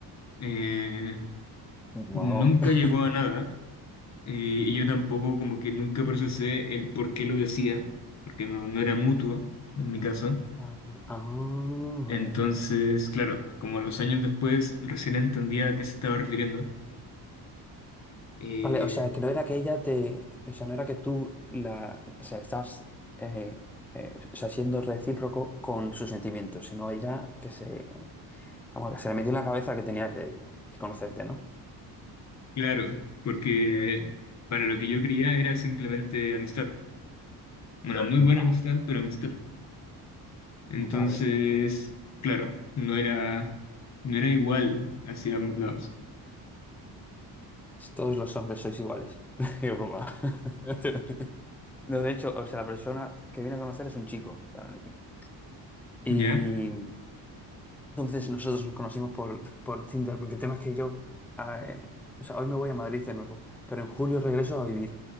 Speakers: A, on the left (about 45°); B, in the centre.
A: Eh,
B: Wow.
A: nunca
B: <laughs>
A: llegó a nada eh, y yo tampoco como que nunca procesé el por qué lo decía, porque no, no era mutuo en mi caso.
B: Ah, ah,
A: Entonces,
B: vale.
A: claro, como a los años después recién entendía a qué se estaba refiriendo. Eh,
B: Vale, o sea, que no era que ella te, o sea, no era que tú la, o sea, estabas, eh, eh, o sea, siendo recíproco con sus sentimientos, sino ella que se, vamos, que se le metió en la cabeza que tenía que, que conocerte, ¿no?
A: claro, porque para lo que yo creía era simplemente amistad. Una muy
B: Va-
A: buena amistad, pero amistad. Entonces,
B: vale.
A: claro, no era, no era igual hacia ambos lados.
B: Si todos los hombres sois iguales. <laughs> Qué broma. <laughs> No, de hecho, o sea, la persona que viene a conocer es un chico, también aquí.
A: ¿Ya?
B: Entonces nosotros nos conocimos por, por Tinder, porque el tema es que yo, eh, o sea, hoy me voy a Madrid de nuevo, pero en julio regreso a vivir,